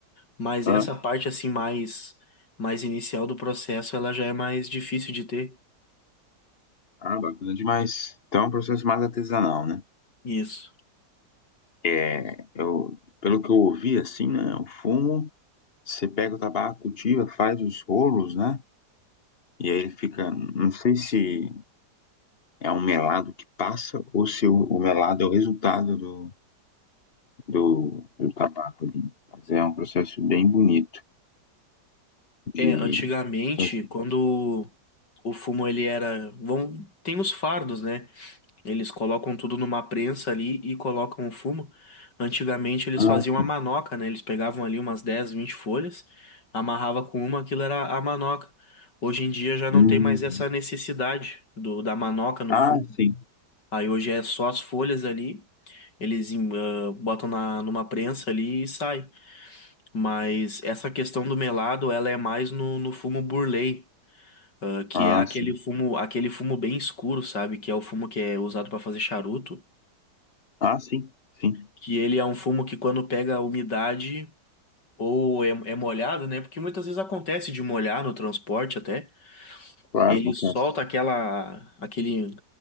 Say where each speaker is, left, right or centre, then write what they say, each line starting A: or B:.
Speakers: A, on the left; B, on the left.
A: Mas
B: Aham.
A: essa parte assim mais mais inicial do processo, ela já é mais difícil de ter.
B: Ah, bacana demais. Então é um processo mais artesanal, né?
A: Isso.
B: É, eu, pelo que eu ouvi, assim, né? O fumo, você pega o tabaco, cultiva, faz os rolos, né? E aí ele fica, não sei se é um melado que passa ou se o, o melado é o resultado do, do, do tabaco ali. Mas é um processo bem bonito de
A: É, antigamente,
B: fazer.
A: quando o fumo ele era, vão, tem os fardos, né? Eles colocam tudo numa prensa ali e colocam o fumo. Antigamente eles
B: Ah,
A: faziam
B: sim.
A: a manoca, né? Eles pegavam ali umas 10, 20 folhas, amarrava com uma, aquilo era a manoca. Hoje em dia já não
B: Hum.
A: tem mais essa necessidade do da manoca no
B: Ah,
A: fumo.
B: sim.
A: Aí hoje é só as folhas ali, eles em- ah, botam na, numa prensa ali e sai. Mas essa questão do melado, ela é mais no, no fumo burley. ah, que
B: Ah,
A: é aquele
B: sim.
A: fumo, aquele fumo bem escuro, sabe? Que é o fumo que é usado para fazer charuto.
B: Ah, sim, sim.
A: que ele é um fumo que quando pega a umidade ou é, é molhado, né? Porque muitas vezes acontece de molhar no transporte até,
B: Claro,
A: ele
B: acontece.
A: solta aquela aquele